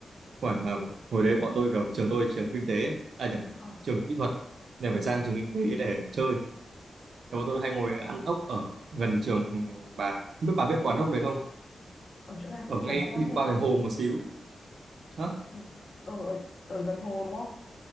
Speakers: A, on the right; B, on the left.
A: Khoảng mà hồi đấy bọn tôi kiểu trường tôi trường kinh tế, à nhầm,
B: Ờ
A: trường kỹ thuật. Nên phải sang trường kinh tế để chơi Thì bọn tôi hay ngồi ăn ốc ở gần trường ừ, bà. Không biết bà biết quán ốc đấy không?
B: ở chỗ nào?
A: Ở ngay
B: Gần cô quan
A: đi
B: hệ
A: qua
B: á?
A: cái hồ một xíu. Hả?
B: Thì ở, ở, ở gần hồ đúng không?